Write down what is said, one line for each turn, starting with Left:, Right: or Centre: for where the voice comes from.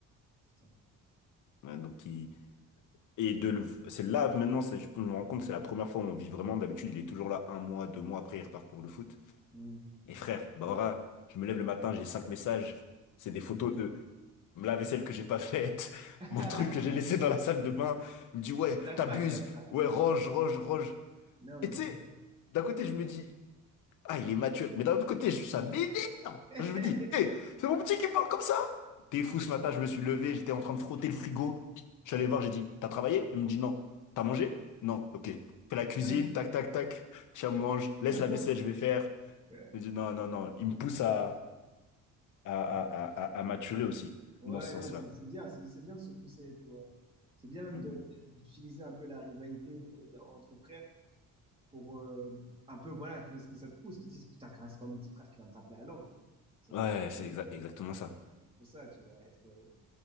Right: Putain.
Left: Ouais, donc il... Et de le... c'est là maintenant, c'est- je me rends compte, c'est la première fois où on vit vraiment. D'habitude, il est toujours là un mois, deux mois après, il repart pour le foot.
Right: Mm.
Left: Et frère, Bahora, je me lève le matin, j'ai cinq messages. C'est des photos de la vaisselle que j'ai pas faite, <laughs>
Right: <laughs>
Left: mon truc que j'ai laissé dans la salle de bain. Il me dit ouais,
Right: Il blague
Left: t'abuses,
Right: pas, il blague pas.
Left: ouais, range, range, range.
Right: Non, mais
Left: Et tu
Right: c'est
Left: sais,
Right: bon.
Left: d'un côté, je me dis, Ah, il est mature. Mais d'un autre côté, je- ça m'énerve.
Right: <laughs>
Left: Je me dis, hé, c'est mon petit qui me parle comme ça. T'es fou ce matin, je me suis levé, j'étais en train de frotter le frigo. Je suis allé le voir, j'ai dit, t'as travaillé? Il me dit non. T'as mangé? Non, ok. Fais la cuisine,
Right: Donc-
Left: tac, tac, tac. Tiens, mange, laisse
Right: <laughs> donc,
Left: la vaisselle, je vais faire.
Right: euh,
Left: Il me dit non, non, non. Il me pousse à, à, à, à, à- à maturer aussi,
Right: Ouais,
Left: dans ce sens-là.
Right: non, mais c'est c'est bien, c'est c'est bien de se pousser, tu vois. C'est bien même
Left: Mm,
Right: de- de-
Left: mm.
Right: d'utiliser un peu la rivalité entre frères pour euh, un peu, voilà, que, que ça te pousse, que tu te dises, putain, quand même, c'est pas mon petit frère qui va me rappeler à l'ordre. C'est
Left: Ouais,
Right: un
Left: c'est exa- exactement ça.
Right: peu ça, tu vois, être. euh,